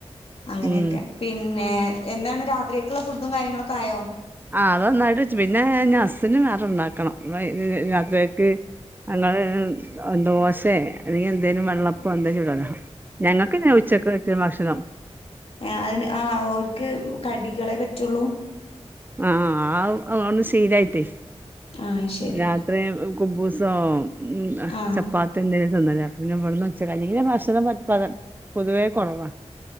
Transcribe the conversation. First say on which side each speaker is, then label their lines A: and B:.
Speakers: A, on the left (about 60°); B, on the right (about 15°).
A: അങ്ങനെയെക്കെ
B: ഉം
A: പിന്നെ എന്താണ് രാത്രിയക്ക്ള്ളെ ഫുഡും കാര്യങ്ങളൊക്കായോ?
B: ആ അതൊന്നായിട്ട് വെച്ചു പിന്നെ ഇഞ് ഹസ്സിന് വേറെണ്ടാക്കണം വയ് രാത്രിയേക്ക് ഞങ്ങള് ദോശേ അല്ലെങ്കിയെന്തേലും വെള്ളപ്പൊ എന്തേം ചുടല ഞങ്ങക്ക്ന്നെ ഉച്ചക്ക് വെച്ച ഭക്ഷണം
A: ഏഹേ അയെന്നെ ആ ഓര്ക്ക് കടികളെ പറ്റൊള്ളൂ?
B: ആഹ് ആഹാ എന്നും ശീലായിട്ടേ
A: ആഹ് ശരി
B: രാത്രി കുബൂസോ, മ്
A: ആഹ്
B: ചപ്പാത്തിയെന്തേലും തിന്നലാ പിന്നെ ഇവട്ന്ന് ഒച്ചക്കഞി പിന്നെ ഭക്ഷണം പറ്റെ പക പൊതുവേ കൊറവാ